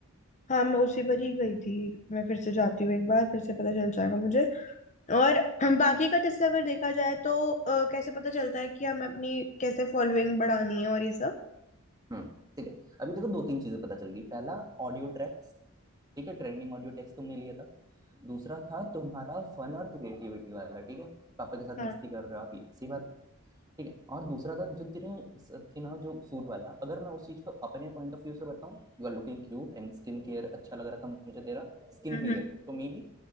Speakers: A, on the left; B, on the right.
A: हाँ मैं उसी पर ही गई थी मैं फिर से जाती हूँ एक बार फिर से पता चल जाएगा मुझे और हम बाकी का जैसे अगर देखा जाए तो अ, कैसे पता चलता है कि हमें अपनी कैसे फॉलोइंग बढ़ानी है और ये सब
B: हम्म ठीक है अभी देखो दो तीन चीजें पता चल गई पहला ऑडियो ट्रैक्स ठीक है ट्रेंडिंग ऑडियो ट्रैक्स तुमने लिया था दूसरा था तुम्हारा फन और क्रिएटिविटी वाला ठीक है पापा के साथ
A: हाँ
B: मस्ती कर रहे हो आप ये सही बात है ठीक है और दूसरा था जो तेरे स- थी ना जो सूट वाला अगर मैं उस चीज को अपने पॉइंट ऑफ व्यू से बताऊं you are looking cute and skin care अच्छा लग रहा था मुझे तेरा स्किन
A: हम्म
B: क्लियर
A: हम्म,
B: थी तो मे बी